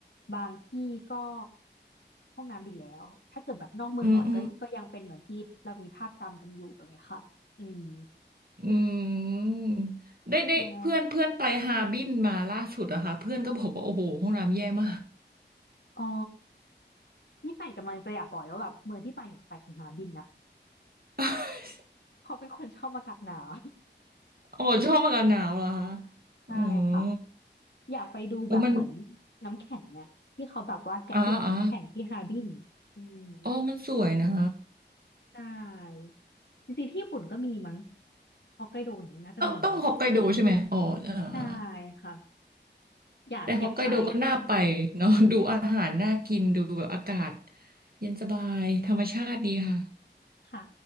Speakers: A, on the left; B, on the right.
A: บางที่ก็ห้องน้ำดีแล้วถ้าเกิดแบบนอกเมืองหน่อยก็ก็ยังเป็นเหมือนที่เรามีภาพจำกันอยู่อะไรเลยค่ะอืม
B: อืมอืมอืมได้ได้เพื่อนเพื่อนไปฮาร์บินมาล่าสุดอะค่ะเพื่อนก็บอกว่าโอ้โหห้องน้ำแย่มาก
A: ใช่ไหมอ๋อนี่ป่านกำลังจะอยากบอกเลยว่าแบบเมืองที่ป่านอยากไปคือฮาร์บินนะ
B: <laughs>
A: เพราะเป็นคนชอบอากาศหนาว
B: โอ้ชอบอากาศหนาวเหรอคะ
A: <laughs> ใช่ค่ะ
B: อืม
A: อยากไปดูแบบเหมือน
B: โอ้มัน
A: น้ำแข็งเนี่ยที่เขาแบบว่าแกะสลักน้ำแข็งที่ฮาร์บินอืม
B: อ่าอ่าอ๋อมันสวยนะ
A: ใช่จริงๆที่ญี่ปุ่นก็มีมั้งฮอกไกโดอย่างเงี้ยน่าจะมี
B: ต้องต้องฮอกไกโดใช่ไหมอ๋ออ่าอ่า
A: ใช่ค่ะอยากอยากไปอืม
B: แต่ฮอกไกโดก็น่าไปเนาะ <laughs> ดูอาหารน่ากิน ดูแบบอากาศเย็นสบายธรรมชาติดีค่ะ
A: ค่ะ